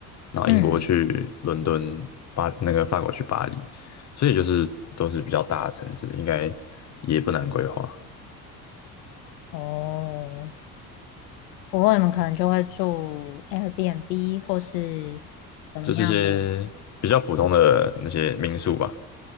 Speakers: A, on the left; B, on the left.
A: 然后英国去伦敦，
B: 嗯，
A: 巴那个法国去巴黎，所以就是都是比较大的城市，应该也不难规划，
B: 哦，不过你们可能就会住 Airbnb 或是怎么样的？
A: 就是一些比较普通的那些民宿吧。